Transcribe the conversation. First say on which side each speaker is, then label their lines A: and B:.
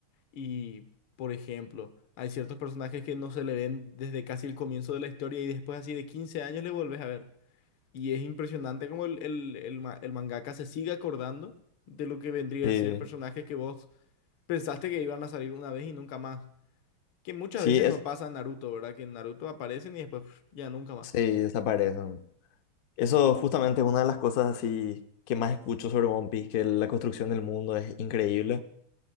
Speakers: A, on the left (about 75°); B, on the left (about 60°).
A: Y, por ejemplo, hay ciertos personajes que no se le ven desde casi el comienzo de la historia y después así de 15 años le volvés a ver. Y es impresionante como el, el, el, ma- el mangaka se sigue acordando de lo que vendría
B: sí,
A: a ser personajes que vos pensaste que iban a salir una vez y nunca más. Que muchas
B: sí,
A: veces
B: es,
A: no pasa en Naruto, ¿verdad? Que en Naruto aparecen y después pf, ya nunca más.
B: sí, desaparece. Eso justamente es una de las cosas así que más escucho sobre One Piece, que la construcción del mundo es increíble.